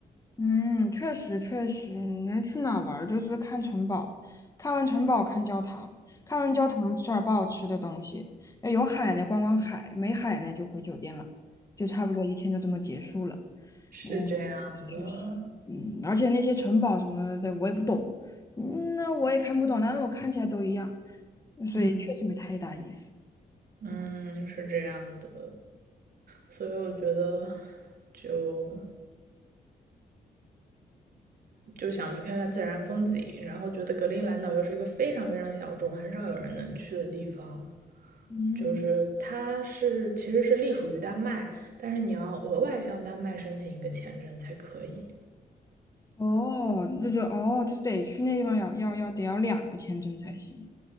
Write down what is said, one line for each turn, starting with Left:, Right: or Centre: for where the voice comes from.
Left: 嗯，确实确实，你能去哪儿玩儿就是看城堡，看完城堡看教堂，看完教堂吃点儿不好吃的东西，要有海呢逛逛海，没海呢就回酒店了，就差不多一天就这么结束了。
Right: 是这样的，
Left: 嗯，确实确实，嗯，而且那些城堡什么的我也不懂，嗯那我也看不懂，但是我看起来都一样，所以确实没太大意思。
Right: 嗯嗯，是这样的，所以我觉得就就想去看看自然风景，然后觉得格陵兰岛又是一个非常非常小众、很少有人能去的地方，
Left: 嗯，
Right: 就是它是其实是隶属于丹麦，但是你要额外向丹麦申请一个签证才可以。
Left: 哦，那就哦，就是得去那地方要要要得要两个签证才行。